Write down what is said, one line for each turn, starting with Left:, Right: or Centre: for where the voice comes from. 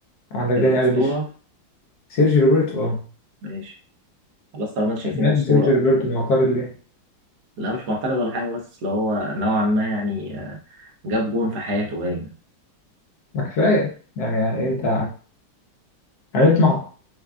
Left: عندك داني
Right: الأسطورة
Left: ألفيش سيرجيو روبرتو أه
Right: ماشي خلاص طالما انتوا شايفين
Left: ماله
Right: أسطورة
Left: سيرجيو روبرتو معترض ليه؟
Right: لا مش معترض ولا حاجة بس اللي هو نوعا ما يعني آه، جاب جون في حياته باين
Left: ما كفاية يعني أنت هنطمع